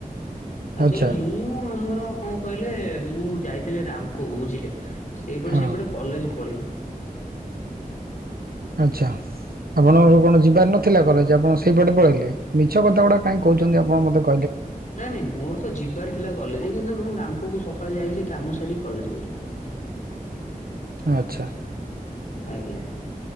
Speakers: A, on the left (about 60°); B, on the right (about 80°).
A: ଏକ୍ଟୁଆଳି
B: ଆଚ୍ଛା
A: ମୁଁ ଆମର କଣ କହିଲେ ମୁଁ ଯାଇଥିଲି ରାମକୁ ବୁଝିଲେ ସେଇପଟେ
B: ହଁ
A: ସେପଟେ କଲେଜ ପଳେଇଲି।
B: ଆଚ୍ଛା। ଆପଣଙ୍କର କଣ ଯିବାର ନଥିଲା କଲେଜ ଆପଣ ସେଇପଟେ ପଳେଇଲେ ମିଛ କଥା ଗୁଡା କାହିଁ କହୁଛନ୍ତି ଆପଣ ମତେ କ
A: ନାଇଁ ନାଇଁ ମୋର ତ ଯିବାର ଥିଲା କଲେଜ କିନ୍ତୁ ମୁଁ ରାମପୁକୁ ସକାଳେ ଯାଇ ଥିଲି କାମ ସାରିକି କଲେଜ ଗଲି।
B: ଆଚ୍ଛା।
A: ଆଜ୍ଞା।